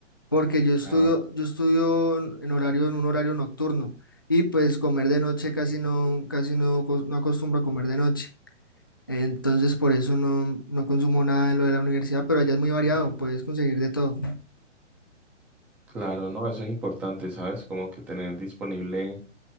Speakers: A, on the left (about 20°); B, in the centre.
A: porque yo estudio,
B: Claro.
A: yo estudio en en horario, en un horario nocturno y pues comer de noche casi no, casi no, cos- no acostumbro a comer de noche. Entonces por eso no, no consumo nada de lo de la universidad, pero allá es muy variado, puedes conseguir de todo.
B: Claro, no, eso es importante, ¿sabes? Como que tener disponible.